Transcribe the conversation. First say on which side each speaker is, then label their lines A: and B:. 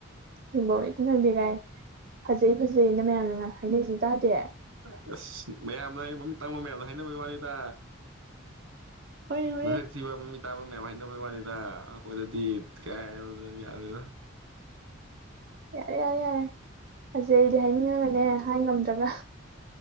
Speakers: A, on the right (about 45°); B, on the right (about 80°).
A: ꯌꯦꯡꯐꯝ ꯑꯃ ꯏꯈꯪ ꯈꯪꯗꯦꯀꯥꯏ ꯐꯖꯩ ꯐꯖꯩꯅ ꯃꯌꯥꯝꯅ ꯍꯥꯏꯅꯔꯤꯁꯤ ꯇꯥꯗꯦ
B: ꯑꯁ ꯃꯌꯥꯝꯅ ꯍꯥꯏ ꯃꯃꯤꯠ ꯇꯥꯡꯕ ꯃꯌꯥꯝꯅ ꯍꯥꯏꯅꯕꯩ ꯋꯥꯅꯤꯗ
A: ꯍꯣꯏꯅꯦ ꯍꯣꯏꯅꯦ
B: ꯃꯁꯛ ꯊꯤꯕ ꯃꯃꯤꯠ ꯇꯥꯡꯕ ꯃꯌꯥꯝ ꯍꯥꯏꯅꯕꯩ ꯋꯥꯅꯤꯗ ꯑꯈꯣꯏꯗꯗꯤ ꯀꯥꯢꯗꯩꯅꯣꯗ ꯌꯗꯦꯗ
A: ꯌꯥꯔꯦ ꯌꯥꯔꯦ ꯌꯥꯔꯦ ꯐꯖꯩ ꯑꯩꯗꯤ ꯍꯥꯏꯅꯤꯡꯉꯒ ꯍꯥꯏ ꯉꯝꯗ꯭ꯔꯒ